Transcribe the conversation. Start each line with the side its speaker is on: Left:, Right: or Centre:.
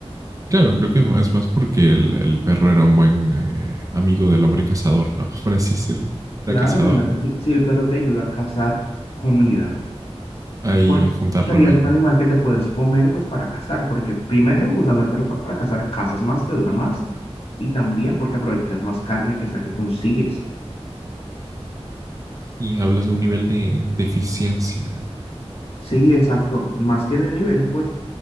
Right: Claro, creo que es más porque el, el perro era un buen eh, amigo del hombre cazador, ¿no? <laughs> Por así decirlo. Era
Left: Claro,
Right: cazador.
Left: imagínate, si, si el perro te ayuda a cazar comida,
Right: Ahí
Left: porque
Right: juntar
Left: serías
Right: rebaño.
Left: un animal que te puedes comer pues para cazar, porque primero usando el perro para cazar, cazas más, te dura más, y también porque aprovechas más carne que es la que consigues.
Right: Y hablas de un nivel de, de eficiencia.
Left: Sí, exacto. Más que de un nivel, pues,